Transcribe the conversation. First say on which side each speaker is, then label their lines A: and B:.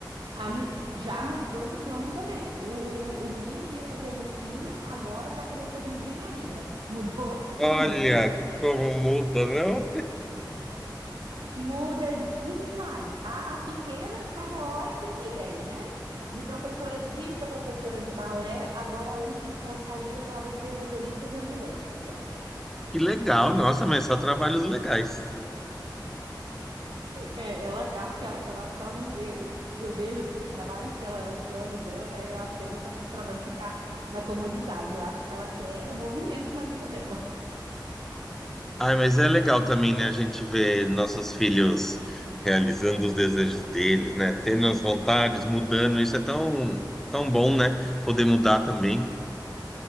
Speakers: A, on the right; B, in the centre.
A: A me- já mudou de plano também. O, o, o menino que ia fazer medicina agora tá querendo fazer engenharia. Mudou
B: Olha
A: muito.
B: como muda, não?
A: Muda demais. A, a pequena, cada hora tem uma ideia, né? De professora de química, professora de balé, agora a última que ela saiu é que ela vai ser motorista de ambulância.
B: Que legal, nossa, mas só trabalhos legais.
A: É, ela acho que ela, ela acho que ela não quer. Eu, eu vejo assim os trabalhos que ela, os planos dela, é, acho que é justamente para não ficar na comodidade. Eu acho que ela quer movimento na vida dela.
B: Ai, mas é legal também, né, a gente ver nossos filhos realizando os desejos deles, né, tendo as vontades, mudando, isso é tão, tão bom, né, poder mudar também.